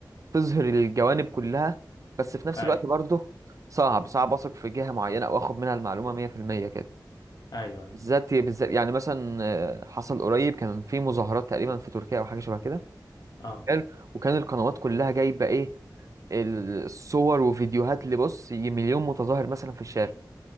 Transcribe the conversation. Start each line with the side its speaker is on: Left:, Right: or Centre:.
Right: تظهر الجوانب كلها بس في نفس
Left: أيوه
Right: الوقت برضه صعب صعب اثق في جهة معينة او اخد منها المعلومة 100% كده
Left: أيوه أيوه
Right: بالذات بالذات يعني مثلا آه، حصل قريب كان في مظاهرات تقريبا في تركيا او حاجة شبه كده
Left: اه
Right: حلو وكان القنوات كلها جايبة ايه ال- الصور وفيديوهات اللي بص ي- مليون متظاهر مثلا في الشارع